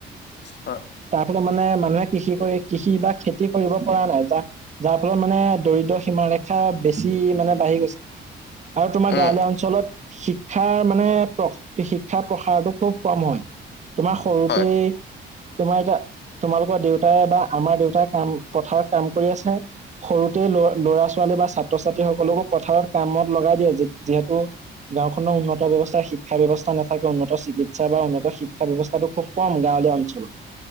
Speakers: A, on the left; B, on the right.
A: হয়
B: তাৰ ফালত মানে মানুহে কৃষি কৰি কৃষি বা খেতি কৰিব পৰা নেযায়, যাৰ ফলত মানে দৰিদ্ৰ সীমা ৰেখা বেছি মানে বাঢ়ি গৈছে, আৰু তোমাৰ
A: উম
B: গাঁৱলীয়া অঞ্চলত শিক্ষাৰ মানে শিক্ষাৰ প্ৰসাৰটো খুব কম হয়। তোমাৰ সৰুতেই
A: হয়
B: তোমাৰ এতিয়া, তোমালোকৰ দেউতাই বা আমাৰ দেউতাই কাম পথাৰত কাম কৰি আছে। সৰুতে ল ল'ৰা ছোৱালী বা ছাত্ৰ ছাত্ৰীসকলকো পথাৰত কামত লগাই দিয়ে যি-যিহেতু গাঁওখনৰ উন্নত ব্যৱস্থা শিক্ষা ব্যৱস্থা নাথাকে উন্নত চিকিৎসা বা উন্নত শিক্ষা ব্যৱস্থাটো খুব কম গাঁও অঞ্চল,